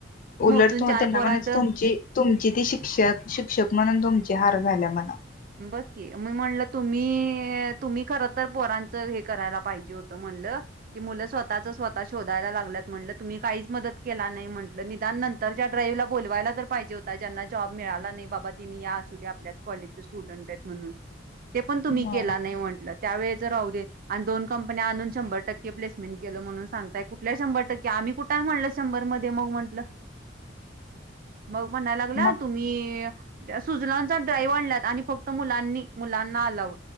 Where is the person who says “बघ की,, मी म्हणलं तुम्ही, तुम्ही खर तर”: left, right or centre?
Right